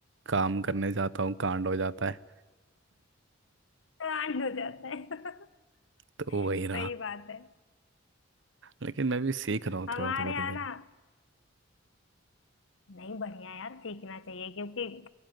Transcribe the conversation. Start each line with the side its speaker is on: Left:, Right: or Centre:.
Right: काम करने जाता हूँ कांड हो जाता है
Left: आंट हो जाता है
Right: तो
Left: <laughs>
Right: वही रहा
Left: सही बात है
Right: लेकिन मैं भी सीख रहा हूँ
Left: हमारे
Right: थोड़ा थोड़ा धीरे
Left: यहाँ ना
Right: धीरे
Left: नहीं बढ़िया यार सीखना चाहिए क्योंकि